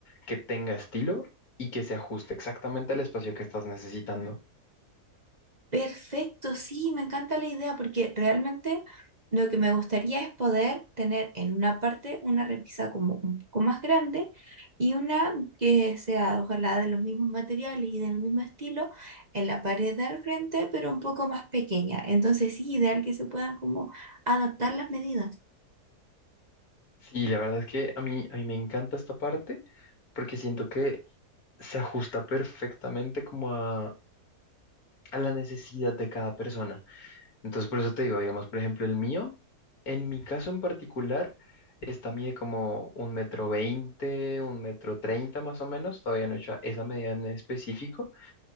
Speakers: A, on the left; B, on the right.
A: que tenga estilo y que se ajuste exactamente al espacio que estás necesitando.
B: Perfecto, sí, me encanta la idea porque realmente lo que me gustaría es poder tener en una parte una repisa como un poco más grande y una que sea ojalá de los mismos materiales y del mismo estilo en la pared de al frente, pero un poco más pequeña. Entonces sí, ideal que se puedan como adaptar las medidas.
A: Sí, la verdad es que a mí, a mí me encanta esta parte porque siento que se ajusta perfectamente como a, a la necesidad de cada persona. Entonces, por eso te digo, digamos, por ejemplo, el mío, en mi caso en particular, esta mide como un metro veinte, un metro treinta más o menos, todavía no he hecho esa medida en específico,